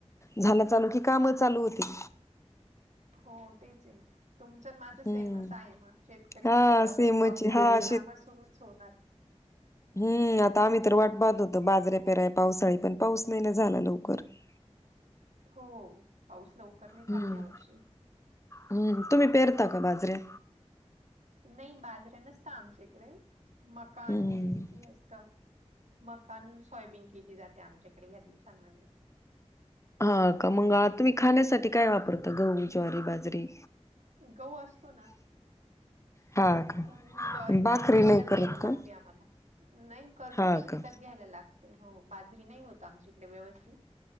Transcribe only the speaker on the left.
झांला चालूं की कामं चालूं होती
हम्म
हा सेमच
हा
हम्मं आंता आम्हीं तरं वाटतं पाहत होतो बाजऱे पेराय पावसाळी पणं पाऊस नाहीं नां झांला लवकरं
हम्म
हम्म, तुम्ही पेरता का बाजरऱ्या?
हम्म
हा का मंग तुम्ही खाण्यासाठी काय वापरता गहू ज्वारी बाजरी?
हा का
भाकरी
नाही
करत
का?
हा
का.